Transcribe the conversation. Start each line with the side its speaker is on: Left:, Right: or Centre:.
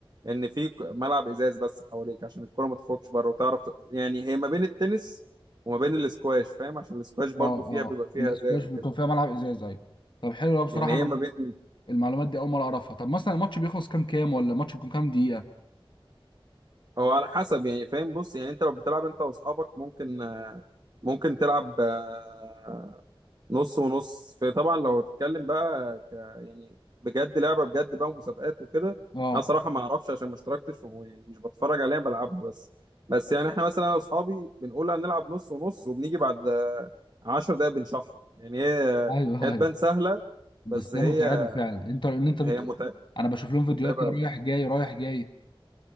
Right: ان في ك- ملعب ازاز بس حواليك عشان الكره ما تخرجش بره وتعرف ت- يعني هي ما بين التنس وما بين الاسكواش فاهم عشان الاسكواش برضو
Left: اه اه
Right: فيها بيبقى فيها
Left: الاسكواش
Right: ازاز وكده
Left: بيكون فيها ملعب ازاز ايوه طب حلو أوي بصراحه
Right: يعني هي
Left: مع-
Right: ما بين
Left: المعلومات دي اول مره اعرفها طب مثلا الماتش بيخلص كام كام ولا الماتش بيكون كام دقيقه
Right: هو على حسب يعني فاهم بص يعني انت لو بتلعب انت واصحابك ممكن آه، ممكن تلعب آه، نص ونص في طبعا لو تتكلم بقى ك يعني بجد لعبة بجد بقى ومسابقات وكده
Left: اه
Right: انا صراحة ما اعرفش عشان ما اشتركتش و- يعني مش بتفرج عليها بلعبها بس بس يعني احنا مثلا انا واصحابي بنقول هنلعب نص ونص وبنيجي بعد آه، عشر دقايق بنشحر يعني هي
Left: ايوه
Right: هي تبان
Left: ايوه
Right: سهلة
Left: بس
Right: بس هي
Left: هي متعبه فعلا انت ان انت بت...
Right: هي متع-
Left: انا بشوف لهم فيديوهات
Right: متعبة
Left: كده رايح جاي رايح جاي